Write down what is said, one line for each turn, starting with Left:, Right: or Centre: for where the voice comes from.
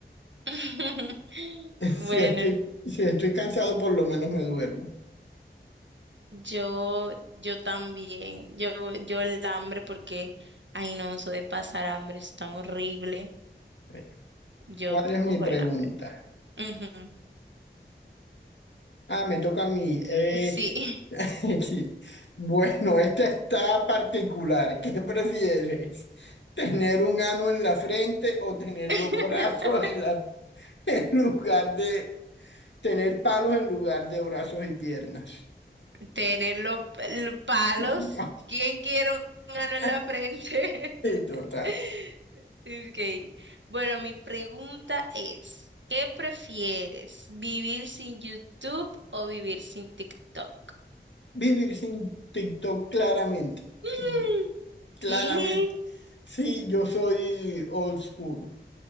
Right: <laughs>
Left: <laughs>
Right: Bueno.
Left: Si estoy, si estoy cansado, por lo menos me duermo.
Right: Yo, yo también, yo, yo el hambre porque, ay no, eso de pasar hambre es tan horrible.
Left: Eh,
Right: Yo
Left: ¿Cuál
Right: po-
Left: es
Right: cojo
Left: mi pregunta?
Right: el hambre. Ujú,
Left: Ah, me toca a mí. Eh,
Right: Sí.
Left: <laughs> sí. Bueno, esta está particular. ¿Qué prefieres? ¿Tener un ano en la frente o tener
Right: <laughs>
Left: los brazos en la, <laughs> en lugar de tener palos en lugar de brazos y piernas?
Right: Tener los los palos.
Left: <laughs>
Right: ¿Quién quiere un ano
Left: <laughs>
Right: en la frente?
Left: Total.
Right: <laughs> Okay. Bueno, mi pregunta es, ¿qué prefieres? ¿Vivir sin YouTube o vivir sin TikTok?
Left: Vivir sin TikTok claramente.
Right: Mm,
Left: Mm, Claramente.
Right: ¿Qué?
Left: Sí, yo soy old school.